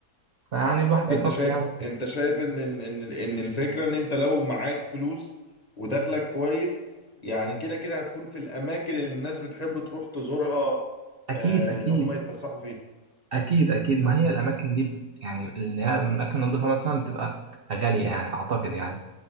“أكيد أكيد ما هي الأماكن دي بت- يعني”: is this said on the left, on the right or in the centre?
Right